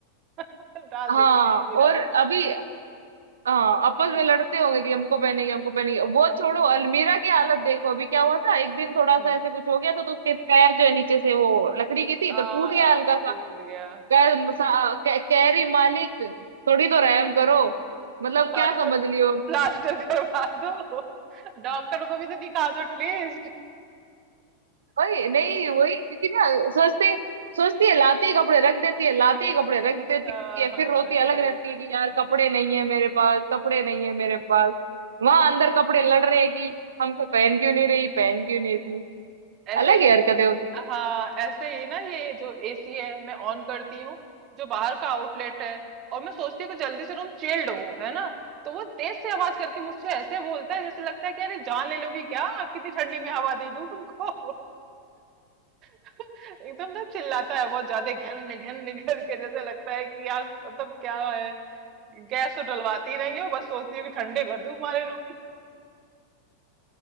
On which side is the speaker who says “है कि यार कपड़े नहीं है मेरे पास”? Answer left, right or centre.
Right